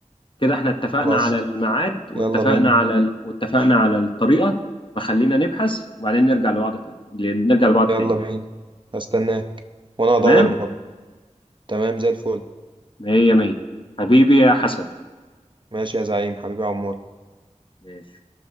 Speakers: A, on the left (about 45°); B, on the right (about 40°).
A: كده احنا اتفقنا
B: خلاص
A: على الميعاد واتفقنا
B: يلا بينا
A: على ال... واتفقنا على الطريقة فخلينا نبحث وبعدين نرجع لبعض تاني نرجع لبعض
B: يلا
A: تاني
B: بينا هستناك وانا
A: تمام
B: ادور برضه تمام زي الفل
A: مية مية حبيبي يا حسن
B: ماشي يا زعيم حبيبي يا عمور
A: ماشي